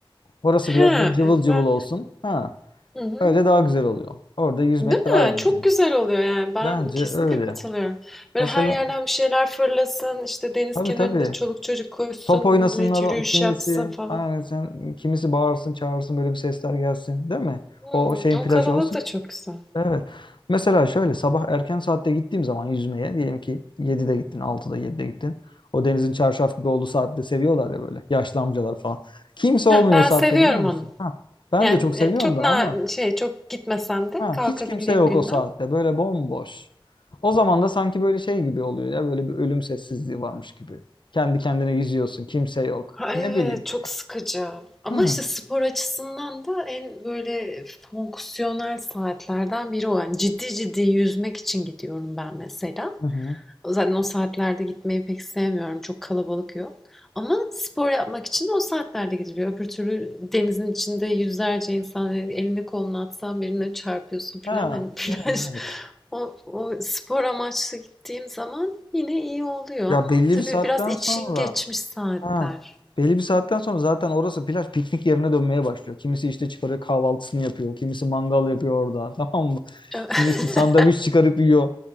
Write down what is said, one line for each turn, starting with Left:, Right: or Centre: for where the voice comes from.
Left: Orası
Centre: He,
Left: biraz böyle cıvıl cıvıl
Centre: ben
Left: olsun. Ha,
Centre: Hı hı.
Left: öyle daha güzel oluyor. Orada yüzmek
Centre: Değil mi?
Left: daha eğlenceli.
Centre: Çok güzel oluyor yani. Ben
Left: Bence
Centre: kesinlikle
Left: öyle.
Centre: katılıyorum. Böyle
Left: Mesela
Centre: her yerden bir şeyler fırlasın, işte deniz
Left: tabii
Centre: kenarında
Left: tabii.
Centre: çoluk çocuk koşsun,
Left: Top
Centre: millet
Left: oynasınlar
Centre: yürüyüş
Left: o kimisi.
Centre: yapsın falan.
Left: Aynen sen kimisi bağırsın, çağırsın böyle bir sesler gelsin, değil mi?
Centre: Hımm,
Left: O şeyin
Centre: o
Left: plaj
Centre: kalabalık
Left: havuzu
Centre: da çok güzel.
Left: Evet. Mesela şöyle sabah erken saatte gittiğim zaman yüzmeye diyelim ki 7'de gittin, 6'da 7'de gittin. O denizin çarşaf gibi olduğu saatte seviyorlar ya böyle yaşlı amcalar falan. Kimse olmuyor
Centre: Heh, ben
Left: o saatte
Centre: seviyorum
Left: biliyor musun?
Centre: onu.
Left: Ha, ben
Centre: Yani,
Left: de çok seviyorum
Centre: eee, çok
Left: da
Centre: na
Left: ama
Centre: şey, çok gitmesem de
Left: ha,
Centre: kalkabildiğim
Left: hiç kimse yok
Centre: günler.
Left: o saatte böyle bomboş. O zaman da sanki böyle şey gibi oluyor ya böyle bir ölüm sessizliği varmış gibi. Kendi kendine yüzüyorsun kimse yok.
Centre: Ha,
Left: Ne
Centre: evet,
Left: bileyim.
Centre: çok sıkıcı ama
Left: Hı hı.
Centre: işte spor açısından da en böyle fonksiyonel saatlerden biri o. Yani ciddi ciddi yüzmek için gidiyorum ben mesela.
Left: hı.
Centre: Zaten o saatlerde gitmeyi pek sevmiyorum. Çok kalabalık yok. Ama spor yapmak için de o saatlerde gidiliyor. Öbür türlü denizin içinde yüzlerce insan yani elini kolunu atsan birine çarpıyorsun falan.
Left: Ha,
Centre: Hani <laughs> plaj
Left: yani evet.
Centre: o, o spor amaçlı gittiğim zaman yine iyi oluyor ama
Left: Ya belli
Centre: tabii
Left: bir saatten
Centre: biraz için
Left: sonra
Centre: geçmiş saatler.
Left: Ha. Belli bir saatten sonra zaten orası plaj piknik yerine dönmeye başlıyor. Kimisi işte çıkarıyor kahvaltısını yapıyor. Kimisi mangal yapıyor orada. <laughs> Tamam mı?
Centre: <laughs>
Left: Kimisi sandviç çıkarıp yiyor.